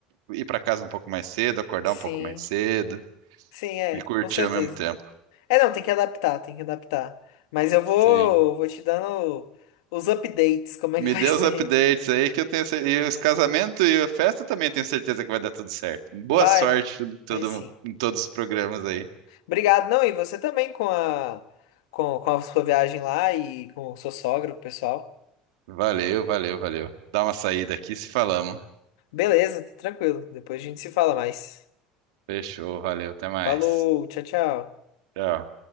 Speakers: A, on the right (about 80°); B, on the left (about 85°).
A: Ir para casa um pouco mais cedo, acordar
B: Sim,
A: um pouco mais cedo
B: sim, é,
A: e curtir
B: com certeza.
A: ao mesmo tempo.
B: É, não, tem que adaptar, tem que adaptar. Mas eu vou,
A: Sim.
B: vou te dando os updates, como é
A: Me
B: que vai
A: dê
B: <laughs> ser.
A: os updates aí que eu tenho cer- e os casamentos e a festa também tenho certeza que vai dar tudo certo. Boa
B: Vai,
A: sorte em todo,
B: vai sim.
A: em todos os programas aí.
B: Obrigado, não, e você também com a, com, com a sua viagem lá e com o seu sogro, pessoal.
A: Valeu, valeu, valeu. Dá uma saída aqui se falamos.
B: Beleza, tranquilo. Depois a gente se fala mais.
A: Fechou, valeu, até mais.
B: Falou, tchau, tchau.
A: Tchau.